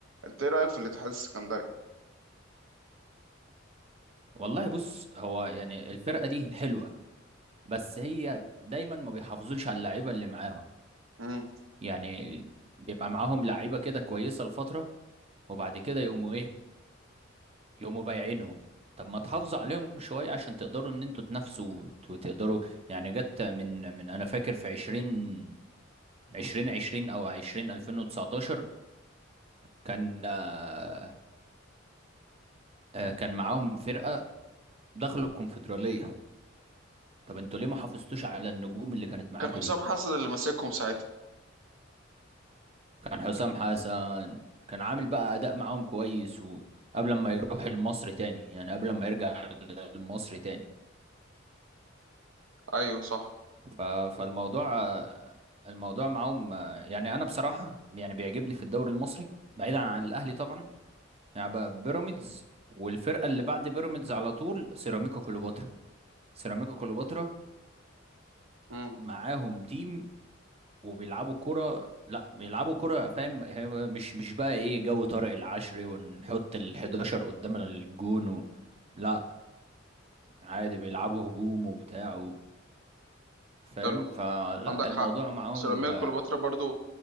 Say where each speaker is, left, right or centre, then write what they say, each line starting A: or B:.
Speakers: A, on the right; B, on the right.
A: أنت إيه رأيك في الاتحاد السكندري؟
B: والله بص هو يعني الفرقة دي حلوة بس هي دايما ما بيحافظوش على اللعيبة اللي معاهم
A: مم.
B: يعني بيبقى معاهم لعيبة كده كويسة لفترة وبعد كده يقوموا ايه يقوموا بايعينهم طب ما تحافظوا عليهم شوية عشان تقدروا ان انتوا تنافسوا وت- وتقدروا يعني جت من من انا فاكر في عشرين عشرين عشرين او عشرين الفين وتسعتاشر كان آه، آه، كان معاهم فرقة دخلوا الكونفدرالية طب انتوا ليه ما حافظتوش على النجوم اللي كانت معاكوا
A: كان حسام
B: دي
A: حسن اللي ماسكهم ساعتها
B: كان حسام حسن كان عامل بقى اداء معاهم كويس وقبل ما يروح المصري تاني يعني قبل ما يرجع المصري تاني
A: أيوه صح
B: ف... فالموضوع الموضوع معاهم يعني انا بصراحه يعني بيعجبني في الدوري المصري بعيدا عن الاهلي طبعا يعني بقى بيراميدز والفرقه اللي بعد بيراميدز على طول سيراميكا كليوباترا سيراميكا كليوباترا
A: مم.
B: معاهم تيم وبيلعبوا كرة لا بيلعبوا كرة فاهم هي مش مش بقى ايه جو طارق العشري ونحط ال 11 قدام الجون و... لا عادي بيلعبوا هجوم وبتاع و- فاهم
A: حلو
B: فلا
A: عندك
B: الموضوع
A: حق
B: معاهم
A: سيراميكا كليوباترا برضو